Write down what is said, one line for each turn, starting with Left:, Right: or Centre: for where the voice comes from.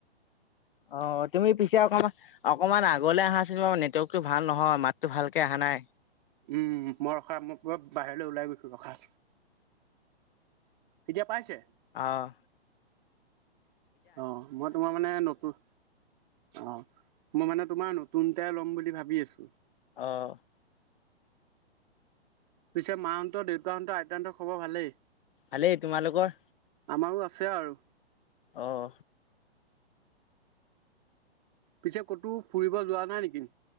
Left: অহ তুমি পিছে অকমান, অকমান আগলে আহা চোন নেটৱৰ্কতটো ভাল নহয়। মাতো ভালকে অহা নাই।
Right: উম <unintelligible> বাহেৰ লৈ ওলাই গৈছো ৰখা। এতিয়া পাইছে?
Left: অহ।
Right: অ মই তোমাৰ মানে নতুন, অ মই মানে তোমাৰ নতু নতুন এটাই ল'ম বুলি ভাবি আছো।
Left: অহ।
Right: পিছে মাহঁতৰ, দেউতাহঁত, আইতাহঁতৰ খবৰ ভালেই?
Left: ভালেই, তোমালোকৰ?
Right: আমাৰো আছে আৰু।
Left: অহ।
Right: পিছে কতো ফুৰিব যোৱা নাই নেকি?